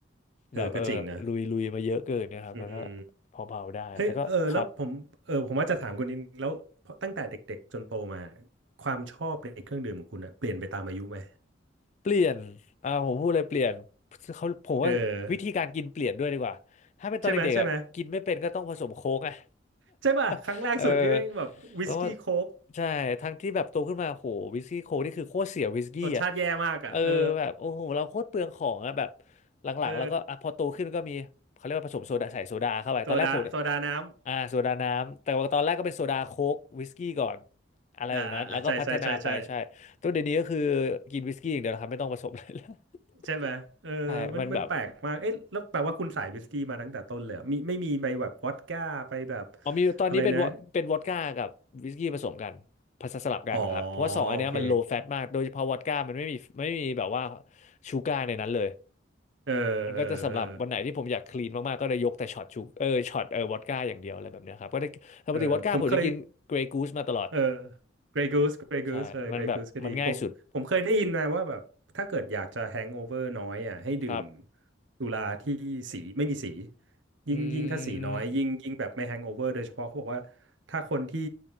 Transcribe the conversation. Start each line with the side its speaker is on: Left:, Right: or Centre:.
Right: เออก็จริงนะ
Left: แบบเออลุยลุยมาเยอะเกินเนะครับมันก็
Right: อืม
Left: พอเผาๆได้แต่ก็ครับ
Right: เฮ้ยเออแล้วผมเออผมว่าจะถามคุณนิดแล้วเพราะตั้งแต่เด็กๆจนโตมา ความชอบในเครื่องดื่มของคุณอะเปลี่ยนไปตามอายุไหม
Left: เปลี่ยนอ่าผมพูดเลยเปลี่ยนเขาผมว่าวิธีการกินเปลี่ยนด้วยดีกว่าถ้าเป็นตอนเด็กๆอ่ะกินไม่เป็นก็ต้องผสมโค้กอ่ะ
Right: เออใช่ไหม ใช่ไหมใช่ป่ะครั้งแรกสุดนี่แม่งแบบวิสกี้โค้ก
Left: <laughs> เออแล้วก็ใช่ทั้งที่แบบโตขึ้นมาโหวิสกี้โค้กนี่คือโคตรเสียวิสกี้อ่ะ
Right: <laughs> รสชาติแย่มากอ่ะเออ
Left: เออแบบโอ้โหเราโคตรเปลืองของอ่ะแบบหลังๆแล้วก็อ่ะพอโตขึ้นก็มีเขาเรียกว่าผสมโซดาใส่โซดาเข้าไปตอนแรกผม่
Right: เออโซดาโซดาน้
Left: อ่าโซดาน้ำแต่ว่าตอนแรกก็เป็นโซดาโค้กวิสกี้ก่อน
Right: ำอ่าอ่าอ่าใช่ใช่ใช่ใช่
Left: อะไรแบบนั้นแล้วก็พัฒนาไปใช่ ตัวเดี๋ยวนี้ก็คือกินวิสกี้อย่างเดียวนะครับไม่ต้องผสมเลยแล้ว
Right: ใช่ไหมเออมันมันแปลกมากเอ๊ะแล้วแปลว่าคุณสายวิสกี้มาตั้งแต่ต้นเลยเหรอมีไม่มีไปแบบวอดก้าไปแบบ
Left: <laughs> ใช่มันแบบอ๋อมีตอนนี้เป็นวอเป็นวอดก้ากับวิสกี้ผสมกันผสมสลับกันครับเพราะว่าสองอันเนี้ยมันโลแฟตมากโดยเฉพาะวอดก้ามันไม่มีไม่มีแบบว่า
Right: อะไรนะ อ๋อ โอเค
Left: ชูการ์ในนั้นเลย
Right: เออ
Left: มันก็จะสำหรับวันไหนที่ผมอยากคลีนมากๆก็เลยยกแต่ช็อตชูเออช็อตเออวอดก้าอย่างเดียวอะไรแบบเนี้ยครับก็ได้ปกติวอดก้าผมจะกินเกรย์กูสมาตลอด
Right: เออ เออ เออผมเคย เออ Grey Goose Grey Goose
Left: ใช่มันแบบมันง่ายสุด
Right: เออ Grey Goose ก็ดีผมผมเคยได้ยินมาว่าแบบถ้าเกิดอยากจะแฮงโอเวอร์น้อยอ่ะให้ดื่ม
Left: ครับ
Right: สุราที่สีไม่มีสียิ่งยิ่งถ้าสีน้อยยิ่งยิ่งแบบไม่แฮงโอเวอร์โดยเฉพาะเขาบอกว่าถ้าคนที่
Left: อืม